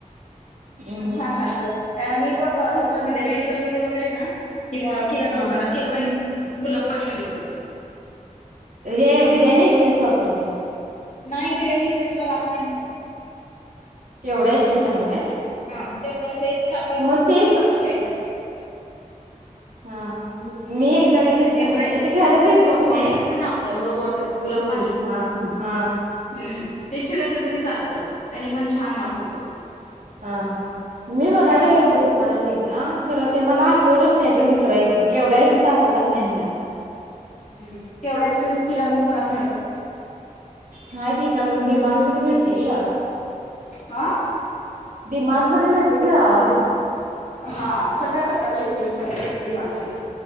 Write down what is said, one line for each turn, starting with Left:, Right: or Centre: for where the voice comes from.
Right: हम्म
Left: पण छान लागत. आणि बघ हेच्यामध्ये मेडिकलमध्येध्ये वगैरे ना किंवा किराणा
Right: हम्म हा
Left: दुकानात केवढा <unintelligible> गुलाब पाणी मिळतं.
Right: हे बिर्याणी इसेन्स वापरतीया.
Left: नाही बिर्याणी इसेन्सला वास नाही ला
Right: केवढा इसेन्स आणु काय.
Left: हा तेवढ्याच एक चार पाच ड्रॉपच
Right: मग तेच
Left: त्यात शिडकायचे आशे.
Right: हा मी एकदा काय केलतं
Left: केवढा
Right: माहिती
Left: एसेन्स
Right: हाय ते घ्यायला
Left: नाही तर
Right: गेल्तो
Left: रोज
Right: कनाई.
Left: वॉटर असतं ना आपलं रोज वॉटर
Right: <unintelligible>
Left: गुलाब पाणी
Right: हा <unintelligible> हम हा.
Left: हम्म चिडकलं तरी चालतं त्यानी पण छान वास येतो.
Right: हा हा मी
Left: हम्म
Right: बघायला गेल्तो दुकानात एकदा खरं ते मला आठवलंच नाई तो दुसरा इसे केवढा इसेन्स आठवलंच नाही मला.
Left: हम केवढा इसेन्स किराणा दुकानात मिळतो.
Right: हाय की इथ म डी मार्ट मधे मिळतोय की. <unintelligible>
Left: आ.
Right: डी मार्ट मध्ये मिळतोय की गावा तिथं.
Left: हा सगळ्या प्रकारचे इसेन्स मिळत्यात डी मार्ट मध्ये.